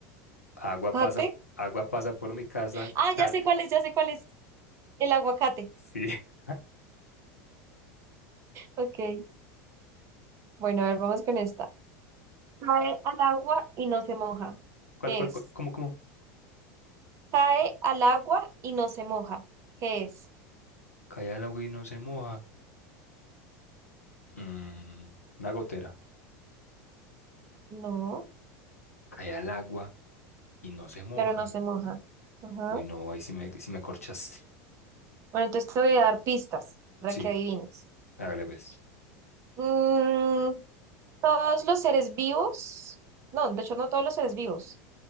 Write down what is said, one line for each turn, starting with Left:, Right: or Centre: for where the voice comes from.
Left: agua
Right: Date.
Left: pasa, agua pasa por mi casa.
Right: Ah,
Left: Cate,
Right: ya sé cuál es, ya sé cuál es. El aguacate.
Left: sí. <laughs>
Right: Ok. Bueno, a ver, vamos con esta. Cae al agua y no se moja.
Left: ¿Cuál,
Right: ¿Qué
Left: cuál,
Right: es?
Left: cuál? ¿Cómo, cómo?
Right: Cae al agua y no se moja. ¿Qué es?
Left: Cae el agua y no se moja. Mm, una gotera.
Right: No,
Left: Cae el agua y no se moja.
Right: pero no se moja. Ajá.
Left: Uy, no, ahí sí me, sí me corchaste.
Right: Bueno, entonces te voy a dar pistas para
Left: Sí,
Right: que adivines.
Left: hágale pues.
Right: Mm, todos los seres vivos, no, de hecho no todos los seres vivos,